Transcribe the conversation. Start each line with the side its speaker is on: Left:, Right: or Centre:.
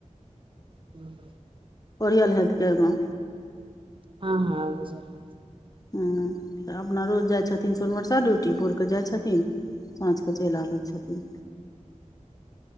Right: हूँ
Left: ओरियल हेल्थ केयर मे
Right: हँ हँ आब बुझलियै
Left: हँ अपना रोज जाय छथिन सोनमरसा ड्यूटी भोर के जाय छथिन साँझ के चलि आबैत छथिन